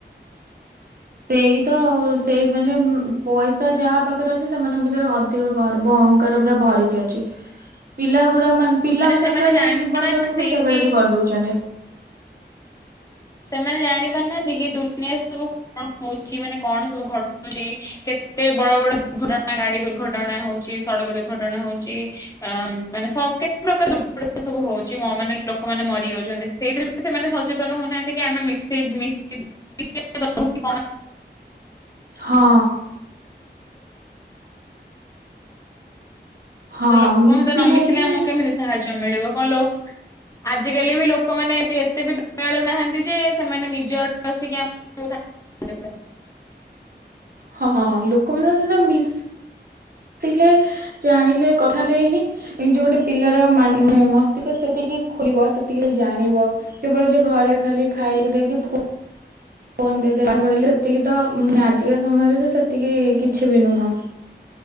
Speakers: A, on the right; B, on the left.
A: ସେଇ ତ ସେଇ ମାନେ ପଇସା ଯାହା ପାଖରେ ଅଛି ସେମାନଙ୍କ ଭିତରେ ଅଧିକ ଅଧିକ ଗର୍ବ, ଅହଙ୍କାର ପୁରା ଭରିକି ଅଛି ପିଲା ଗୁଡା ମାନେ ପିଲା ମାନଙ୍କର
B: ସେମାନେ ଜାଣିପାରୁନାହାନ୍ତି
A: ଜୀବନ ଟାକୁ ବି ସେଇଭଳିଆ
B: କି
A: ବି କରିଦଉଛନ୍ତି।
B: ସେମାନେ ଜାଣି ପାରୁନାହାନ୍ତି କି ଦୁନିଆ ସବୁ କଣ ହଉଛି ମାନେ କଣ ସବୁ ଘଟୁଛି, କେତେ ବଡ ବଡ ଦୁର୍ଘଟଣା ଗାଡି ଦୁର୍ଘଟଣା ହଉଛି। ସଡ଼କ ଦୁର୍ଘଟଣା ହଉଛି ଆ ମାନେ ସବୁ କେତେ ପ୍ରକାର ସବୁ ହଉଛି ମା ମାନେ ଲୋକମାନେ ମରି ଯାଉଛନ୍ତି, ସେଇଥିରେ ବି ସେମାନେ ସଚେତନ ହଉନାହାନ୍ତି। ଆମେ ମିଶେଇଶ କଣ। <unintelligible>
A: ହଁ। ହଁ
B: ଆଉ ତ ଲୋକ ସହିତ ନ ମିଶିଲେ
A: ହିଁ
B: ଆମକୁ କେମିତି ସାହାଯ୍ୟ ମିଳିବ କଣ ଲୋ। ଆଜିକାଲି ବି ଲୋକମାନୋନ ଏଠି ଏତେ ବି ମିଳୁନାହାନ୍ତି ଯେ ସେମାନେ ନିଜ ଆଡୁ ଆସିକି ଆମକୁ ସାହାଯ୍ୟ କରିବେ।
A: ହଁ ଲୋକମାନଙ୍କ ସହିତ ମିସ୍ ସିଲେ ଜାଣିଲେ କଥା ହେଲେନି ଏ ଯୋଉ ଗୋଟେ ପିଲାର ମାନ ମସ୍ତିଷ୍କ ସେଠିକି ଖୋଲିବ ସେତିକି ଯୋଉ ଜାଣିବ କେବଳ ଯେ ଘରେ ଖାଲି ଖାଇବାକୁ ଦେଇକି ଫୋ ଫୋନ ଦେଖା ପଡିଲି ସେତିକି ତ ମାନେ ଆଜିକା ସମୟରେ ତ ସେତିକି କିଛି ବି ନୁହଁ। <unintelligible>